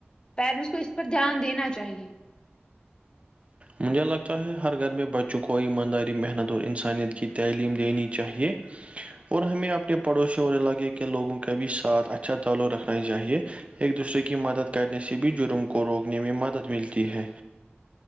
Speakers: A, on the left (about 20°); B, on the right (about 30°).
A: پیرنٹس کو اس پر دھیان دینا چاہیے
B: مجھے لگتا ہے ہر گھر میں بچوں کو ایمانداری محنت اور انسانیت کی تعلیم دینی چاہیے اور ہمیں اپنے پڑوسی اور علاقے کے لوگوں کا بھی ساتھ اچھا تعلق رکھنا چاہیے ایک دوسرے کی مدد کرنے سے بھی جرم کو روکنے میں مدد ملتی ہے